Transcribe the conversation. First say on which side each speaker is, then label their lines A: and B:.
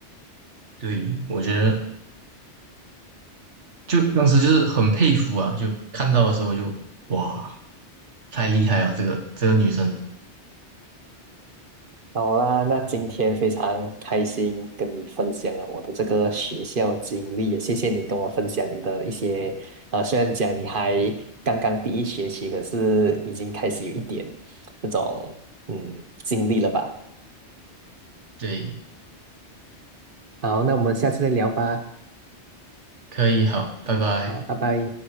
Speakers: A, on the right; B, on the right.
A: 对，我觉得就当时就是很佩服啊，就看到的时候就哇，太厉害了，这个这个女生，
B: 好啦，那今天非常开心跟你分享了我的这个学校经历，也谢谢你跟我分享你的一些，啊。虽然讲你还刚刚第一学期，可是已经开始有一点那种嗯经历了吧。
A: 对，
B: 好，那我们下次再聊吧。
A: 可以，好，拜拜。
B: 好，拜拜。